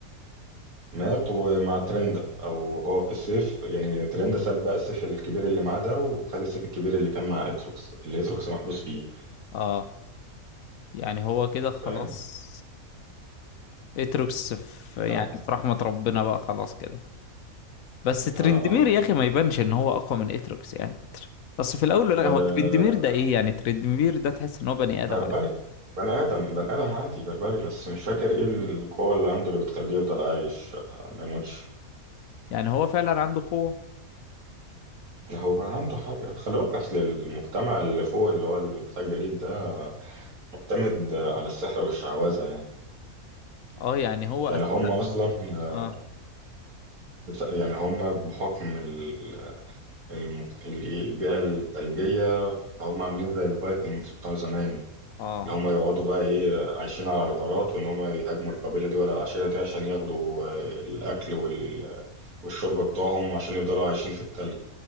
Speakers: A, on the right; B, on the left.
A: مات ومع ترند او هو في السيف يعني ترند ساب بقى السيف الكبير اللي معاه ده وخد السيف الكبير اللي كان مع اتروكس اللي اتروكس محبوس فيه
B: اه يعني هو كده خلاص
A: فاهم
B: اتروكس في يعني
A: اه
B: في رحمة ربنا بقى خلاص كده بس ترندمير
A: اه, آه.
B: يا اخي ما يبانش ان هو اقوى من اتروكس يعني تر- بس في الاول لا
A: آه آه،
B: هو ترندمير ده ايه يعني ترندمير ده تحس ان هو بني ادم
A: بربري بني ادم بني ادم عادي بربري بس مش فاكر ايه القوه اللي عنده اللي بتخليه يفضل عايش آه ما يموتش
B: يعني هو فعلا عنده قوة
A: هو عنده حاجة خلي بالك أصل المجتمع اللي فوق اللي هو اللي بتاع الجليد ده معتمد على السحر والشعوذة يعني
B: اه يعني هو اساسا
A: يعني هم أصلا آه،
B: اه
A: يعني هم بحكم ال- المجت- ال- إيه، البيئة الثلجية هم عاملين زي الفايكنجز بتاع زمان
B: اه
A: اللي هم يقعدوا بقى إيه عايشين على الغارات وإن هم يهاجموا القبيلة دي ولا العشيرة دي عشان ياخدوا آه، الأكل وال- والشرب بتوعهم عشان يفضلوا عايشين في الثلج